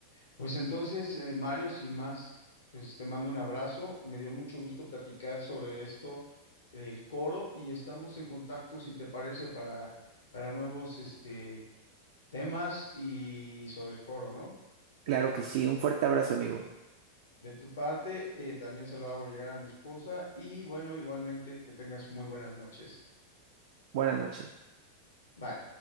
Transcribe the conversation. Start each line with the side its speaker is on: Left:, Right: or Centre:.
Left: Pues entonces, eh, Mario, sin más, pues te mando un abrazo. Me dio mucho gusto platicar sobre esto eh, del coro y estamos en contacto, si te parece, para, para nuevos este, temas y sobre el coro, ¿no?
Right: Claro que sí, un fuerte abrazo, amigo.
Left: De tu parte, eh, también se lo hago llegar a mi esposa y bueno, igualmente, que tengas muy buenas noches.
Right: Buenas noches.
Left: Bye.